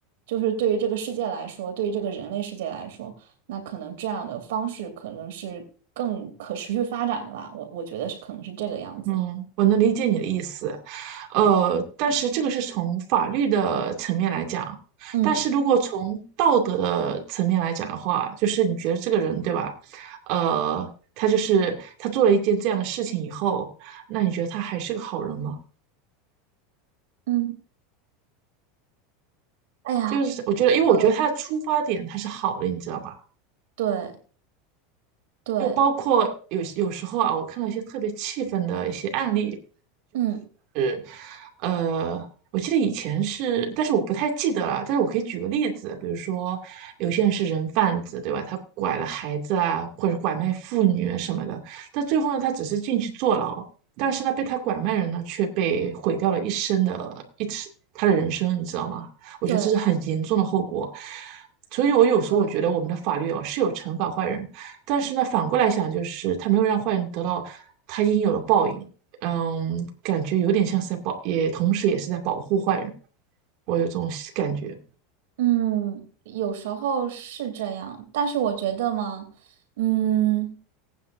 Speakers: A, on the right; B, on the right.
A: 就是对于这个世界来说，对于这个人类世界来说。那可能这样的方式可能是更可持续发展的吧，我我觉得是可能是这个样子。
B: 嗯，我能理解你的意思，呃，但是这个是从法律的层面来讲，
A: 嗯
B: 但是如果从道德的层面来讲的话，就是你觉得这个人，对吧？呃，他就是他做了一件这样的事情以后，那你觉得他还是个好人吗？
A: 嗯，哎呀，
B: 就是我觉得，
A: 这个
B: 因为我觉得他的出发点他是好的，你知道吧？
A: 对对，
B: 就包括有有时候啊，我看到一些特别气愤的一些案例，
A: 嗯
B: 是，呃，我记得以前是，但是我不太记得了。但是我可以举个例子，比如说有些人是人贩子，对吧？他拐了孩子啊，或者拐卖妇女啊什么的。但最后呢，他只是进去坐牢，但是呢，被他拐卖人呢，却被毁掉了一生的一次他的人生，你知道吗？我觉得这是很严重的后果。
A: 对
B: 所以，我有时候我觉得我们的法律哦是有惩罚坏人，
A: 对，
B: 但是呢，反过来想，就是他没有让坏人得到他应有的报应。嗯，感觉有点像是在保，也同时也是在保护坏人，我有这种感觉。
A: 嗯，有时候是这样，但是我觉得嘛，嗯。